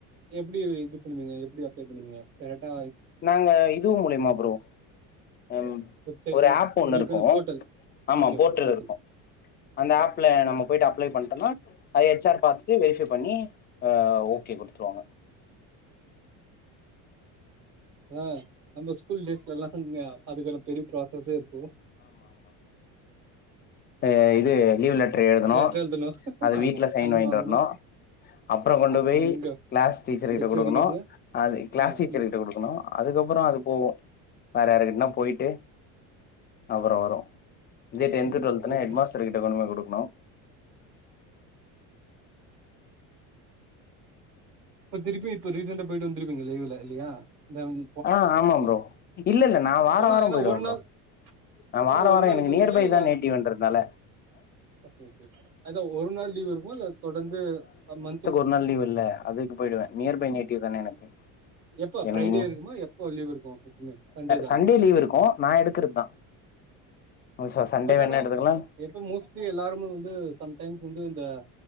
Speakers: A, on the right; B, on the left.
A: எப்டி வி இது பண்ணுவீங்க எப்டி அப்ளே பண்ணுவீங்க கரெக்டா
B: நாங்க இதுவு மூலியமா ஃப்ரோ ம்
A: வெப்சை
B: ஒரு ஆப் ஒன்னு
A: உங்களுக்கான
B: இருக்கு
A: போர்ட்டல்
B: ஆமா
A: ஓகே ஓகே
B: போர்டல்
A: போர்ட்டல்
B: இருக்கு அந்த ஆப்ல நம்ம போய்ட்டு அப்ளை பண்ட்டனா அத எச் ஆர் பாத்துட்டு வெரிஃபை பண்ணி அ ஓகே குடுத்துருவாங்க
A: ஆ நம்ம ஸ்கூல் டேஸ்லெல்லா அங்க அதுக்கெல்லா பெரி ப்ராசஸ்சே இருக்கு
B: அ இது லீவ் லெட்டர் எழுதணு
A: லெட்டர் எழுதணு
B: அத வீட்ல
A: ஆமா
B: சைன் வாய்ன்ட்டு
A: வாங்கணு
B: வர்ணு அப்பறோ கொண்டு
A: ஆமா
B: போய்
A: எங்க
B: க்ளாஸ் டீச்சர் கிட்ட
A: ஹெச்
B: குடுக்குணு
A: ஓ டி கிட்டயா
B: அது க்ளாஸ்
A: ஆமா
B: டீச்சர்
A: பிரின்சிபல்
B: கிட்ட குடுக்குணு அதுக்கப்புறோ அது போகு வேற யாருக்கிடனா போயிட்டு அப்புறோ வரு இதே டென்த்
A: ம்
B: டுவல்துனா
A: கரெக்ட்
B: ஹெட்
A: தா
B: மாஸ்டர் கிட்ட கொண்டு போய் குடுக்குணு
A: இப்ப திருப்பி இப்ப ரீசண்டா போயிட்டு வந்திருப்பங்க லீவ்ல இல்லியா அதாவுது
B: ஆ ஆமா ப்ரோ இல்ல இல்ல நா வாரோ
A: போனா
B: வாரோ
A: ஏன்னா
B: போயிடுவ
A: ஒரு
B: ப்ரோ
A: நாள்
B: நா
A: போன
B: வாரோ
A: ஒரு
B: வாரோ
A: நாள்
B: எனக்கு
A: போவீங்களா
B: நியர்பை
A: இல்ல
B: தா நேட்டிவ் என்றதுனால
A: ஓகே ஓகே அத ஒரு நாள் லீவ் இருக்குமா இல்ல தொடர்ந்து மன்ந்த்து
B: ரெண்டு நாள் லீவ் இல்ல அதுக்கு போயிடுவே நியர்பை நேட்டிவ் தானே எனக்
A: எப்ப ஃப்ரைடே
B: எனகினி
A: இருக்குமா எப்போ லீவ் இருக்கு எப்பவுமே தானா
B: சண்டே லீவ் இருக்கு நா எடுக்குற்து தா ச சண்டே
A: பட்
B: வேணா
A: ஆனா
B: எடுத்துக்கலா
A: எப்ப மோஸ்ட்லி எல்லாருமே வந்து சம் டைம்ஸ் வந்து இந்த